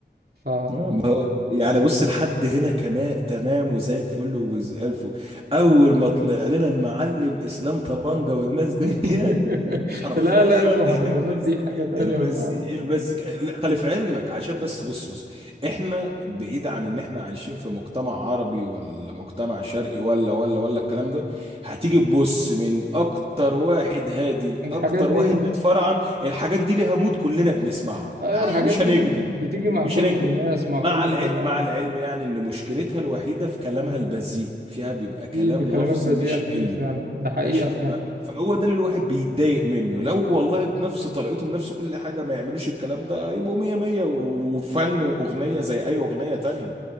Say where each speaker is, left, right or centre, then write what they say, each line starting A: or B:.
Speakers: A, on the right (about 60°); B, on the right (about 30°).
A: ف
B: آه، ما هو يعني بص لحد هنا كمان تمام وزي الفل وزي الفل اول ما طلع لنا المعلم اسلام طبنجة والناس ديت
A: <laughs>
B: حرفيا
A: لا لا المهرجانات
B: <laughs> المز...
A: دي حاجة تانية
B: المزيكا
A: خالص
B: المزيكا لا، خلي في علمك عشان بس بص بص احنا بعيد عن ان احنا عايشين في مجتمع عربي ولا مجتمع شرقي ولا ولا ولا الكلام ده هتيجي تبص من اكتر واحد هادي لاكتر
A: الحاجات دي
B: واحد متفرعن الحاجات دي ليها مود كلنا بنسمعها
A: أيوة
B: آه،
A: الحاجات
B: يعني مش
A: دي
B: هنكذب
A: بتيجي مع
B: مش
A: كل
B: هنكذب
A: الناس مع
B: مع
A: كل الطبقات
B: الع... مع العلم يعني ان مشكلتها الوحيدة في كلامها البذيء فيها بيبقى كلام
A: في بكلمات
B: لفظي
A: بذيئة
B: مش
A: كتير
B: حلو
A: فعلا ده حقيقة
B: ماشي
A: فعلا
B: ف- فهو ده اللي الواحد بيتضايق منه لو والله بنفس طريقته بنفس كل حاجة ما يعملوش الكلام ده يبقوا مية مية و- وفن وأغنية زي أي أغنية تانية